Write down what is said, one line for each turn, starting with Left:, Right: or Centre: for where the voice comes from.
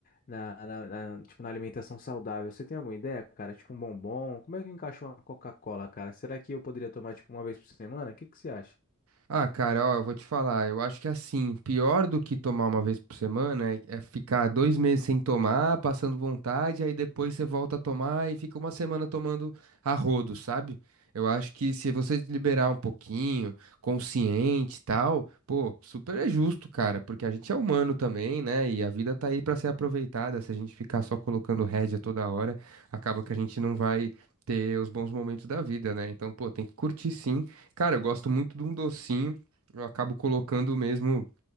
Left: na, na- na- tipo, na alimentação saudável. Você tem alguma ideia, cara? Tipo um bombom? Como é que encaixa uma Coca-Cola, cara? Será que eu poderia tomar, tipo, uma vez por semana? O que que você acha?
Right: Ah, cara, ó, eu vou te falar. Eu acho que assim, pior do que tomar uma vez por semana é, é ficar dois meses sem tomar, passando vontade, aí depois você volta a tomar e fica uma semana tomando a rodo, sabe? Eu acho que se você liberar um pouquinho, consciente e tal, pô, super é justo, cara, porque a gente é humano também, né? E a vida tá aí pra ser aproveitada. Se a gente ficar só colocando rédea toda hora, acaba que a gente não vai ter os bons momentos da vida, né? Então, pô, tem que curtir sim. Cara, eu gosto muito de um docinho. Eu acabo colocando mesmo